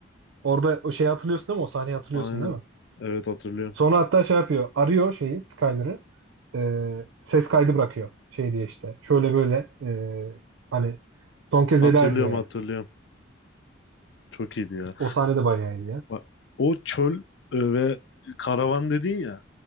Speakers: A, on the right; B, on the left.
A: Orada o şeyi hatırlıyorsun değil mi? O sahneyi hatırlıyorsun
B: Aynen.
A: değil mi?
B: Evet hatırlıyorum.
A: Sonra hatta şey yapıyor. Arıyor şeyi Skyler'ı. Ee, ses kaydı bırakıyor. Şey diye işte. Şöyle böyle ee, hani son kez
B: Hatırlıyorum
A: veda ediyor
B: hatırlıyorum.
A: yani.
B: Çok iyiydi ya.
A: O sahne de bayağı iyi ya.
B: Bak, o çöl e, ve karavan dedin ya.